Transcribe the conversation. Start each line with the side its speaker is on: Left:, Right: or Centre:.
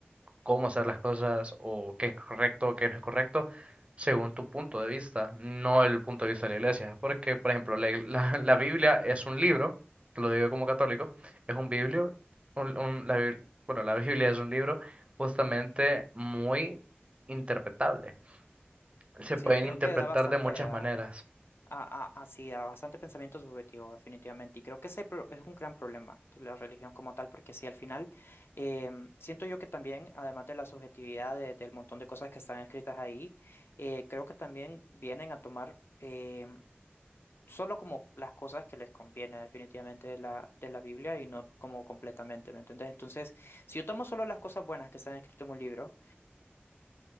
Right: cómo hacer las cosas o qué es correcto, qué no es correcto, según tu punto de vista, no el punto de vista de la iglesia. Porque, por ejemplo, la, ig- <laughs> la- la Biblia es un libro, lo digo como católico, es un biblio, un- un- la Bib- bueno, la Biblia es un libro justamente muy interpretable. Se
Left: Sí,
Right: pueden
Left: creo
Right: interpretar
Left: que da bastante
Right: de muchas
Left: a,
Right: maneras.
Left: a, a- así, a bastante pensamiento subjetivo, definitivamente. Y creo que ese pro- es un gran problema de la religión como tal, porque sí, al final, eh, siento yo que también, además de la subjetividad de- del montón de cosas que están escritas ahí, eh, creo que también vienen a tomar. em, solo como las cosas que les conviene definitivamente de la, de la Biblia y no como completamente, ¿me entiendes? Entonces, si yo tomo solo las cosas buenas que están escritas en un libro